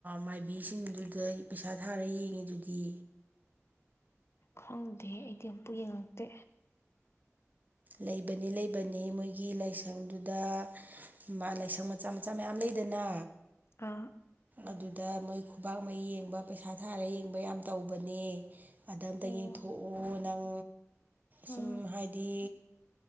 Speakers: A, on the right (about 35°); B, on the left (about 55°).
A: ꯃꯥꯏꯕꯤꯁꯤꯡꯗꯨꯗ ꯄꯩꯁꯥ ꯊꯥꯔ ꯌꯦꯡꯉꯤꯗꯨꯗꯤ
B: ꯈꯪꯗꯦꯍꯦ ꯑꯩꯗꯤ ꯑꯝꯄꯨ ꯌꯦꯡꯉꯛꯇꯦ
A: ꯂꯩꯕꯅꯦ ꯂꯩꯕꯅꯦ ꯃꯣꯏꯒꯤ ꯂꯥꯏꯁꯪꯗꯨꯗ ꯃꯥ ꯂꯥꯏꯁꯪ ꯃꯆꯥ ꯃꯆꯥ ꯃꯌꯥꯝ ꯂꯩꯗꯅ
B: ꯑꯥ
A: ꯑꯗꯨꯗ ꯃꯣꯏ ꯈꯨꯕꯥꯛ ꯃꯩꯌꯤ ꯌꯦꯡꯕ ꯄꯩꯁꯥ ꯊꯥꯔ ꯌꯦꯡꯕ ꯌꯥꯝ ꯇꯧꯕꯅꯦ ꯑꯗꯥ ꯑꯝꯇ
B: ꯑꯣ
A: ꯌꯦꯡꯊꯣꯛꯑꯣ ꯅꯪ
B: ꯎꯝ
A: ꯁꯨꯝ ꯍꯥꯏꯗꯤ